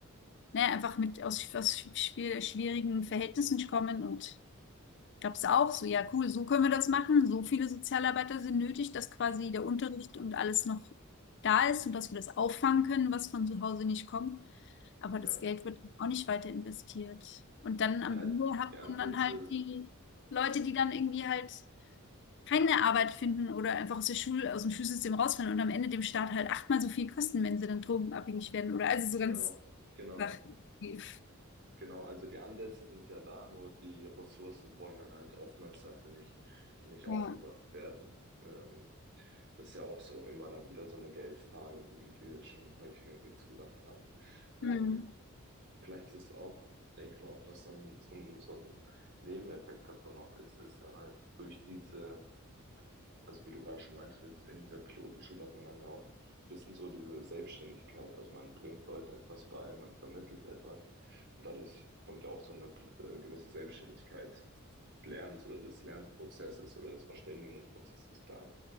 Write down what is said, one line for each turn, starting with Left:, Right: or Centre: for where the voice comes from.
Left: naja, einfach mit aus, aus schwier- schwierigen Verhältnissen kommen und gab es auch so, ja cool, so können wir das machen. So viele Sozialarbeiter sind nötig, dass quasi der Unterricht und alles noch da ist und dass wir das auffangen können, was von zu Hause nicht kommt. Aber
Right: ja.
Left: das Geld wird auch nicht weiter investiert. Und dann am
Right: Ja,
Left: Ende hat
Right: die Ansätze,
Left: man dann halt die Leute, die dann irgendwie halt keine Arbeit finden oder einfach aus der Schule, aus dem Schulsystem rausfallen und am Ende dem Staat halt achtmal so viel kosten, wenn sie dann drogenabhängig werden oder also so
Right: genau,
Left: ganz
Right: genau.
Left: Sachen. Ja.
Right: Genau, also die Ansätze sind ja da, nur die Ressourcen wollen dann halt oftmals dafür nicht, nicht aufgebracht
Left: Ja.
Right: werden. Ähm, das ist ja auch so immer dann wieder so eine Geldfrage, wie, wie wir schon häufiger jetzt gesagt haben. Ähm,
Left: Hm.
Right: vielleicht ist es auch, denke ich mal, auch was dann so, ein- so ein Nebeneffekt davon auch ist, ist dann halt durch diese also wie du gerade schon meintest, mit, in dieser Pilotenschule hat man dann ja auch ein bisschen so diese Selbstständigkeit. Also man bringt Leuten etwas bei, man vermittelt etwas und dadurch kommt ja auch so eine äh, gewisse Selbstständigkeit des Lernens oder des Lernprozesses oder des Verständigungsprozesses da.